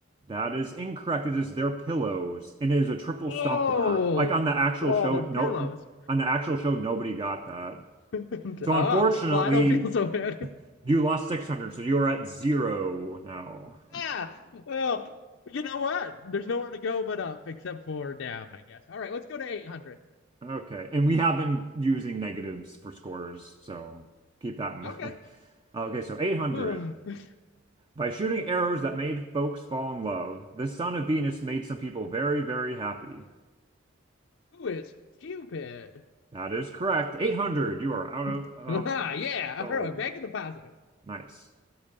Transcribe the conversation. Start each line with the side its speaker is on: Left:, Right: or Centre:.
Right: That is incorrect. It is their pillows, and it is a triple
Left: Oh,
Right: stumper. Like on the actual
Left: oh,
Right: show,
Left: they're
Right: no,
Left: pillows.
Right: on the actual show, nobody got that.
Left: <laughs>
Right: So
Left: Ah,
Right: unfortunately,
Left: well, I don't feel so bad.
Right: you lost 600, so you're at zero now.
Left: <laughs> ah,
Right: unfortunately.
Left: well, you know what? There's nowhere to go but up except for down, I guess. All right, let's go to 800.
Right: Okay, and we have been using negatives for scores, so keep that in mind.
Left: Okay.
Right: <laughs> Okay, so 800.
Left: <sighs> Ugh.
Right: By shooting arrows that made folks fall in love, the son of Venus made some people very, very happy.
Left: Who is stupid?
Right: That is correct. 800. You are out of,
Left: <laughs>
Right: of
Left: yeah.
Right: the hole.
Left: All right, back in the positive.
Right: Nice.